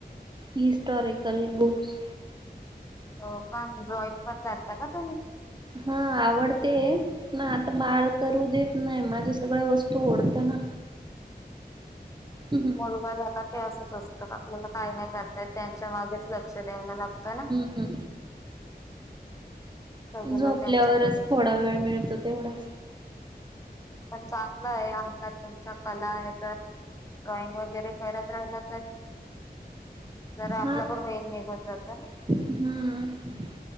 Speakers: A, on the right; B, on the left.
A: हिस्टॉरिकल बुक्स
B: <unintelligible> पण ड्रॉइंग पण करता का तुम्ही?
A: हा आवडते. ना आता बाळ करू देत नाही माझ्या सगळ वस्तू ओढत ना. हम्म
B: मुलगा झाला की असच असतं आपल्याला काही नाही करता तर त्यांच्या मागेच लक्ष द्यायला लागतं ना.
A: ह
B: सगळं
A: झोपल्यावरच
B: त्यांच्याकडेच
A: थोडा वेळ मिळतो तेवढाच.
B: पण चांगलं आहे अंगात तुमच्या कला आहे तर ड्रॉइंग वगैरे करत राहिला तर जरा आपला
A: हा
B: पण वेळ निघून जातो ना.
A: हम्म